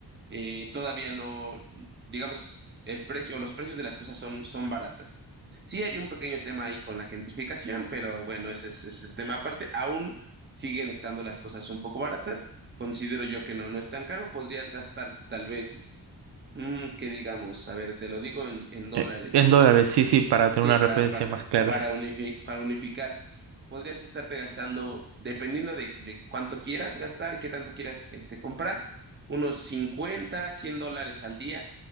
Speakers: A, on the right; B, on the right.
A: eh, todavía no, digamos, el precio, los precios de las cosas son, son baratas. Sí hay un pequeño tema ahí con la gentrificación, pero bueno, ese es, ese es tema aparte. Aún siguen estando las cosas un poco baratas. Considero yo que no, no es tan caro. Podrías gastarte tal vez, mm, que digamos, a ver, te lo digo en, en dólares.
B: Eh, En dólares, sí, sí, para tener
A: Sí,
B: una
A: para,
B: referencia
A: para,
B: más clara.
A: para, unifi- para unificar. Podrías estarte gastando, dependiendo de, de cuánto quieras gastar, qué tanto quieras este, comprar, unos 50 100 dólares al día,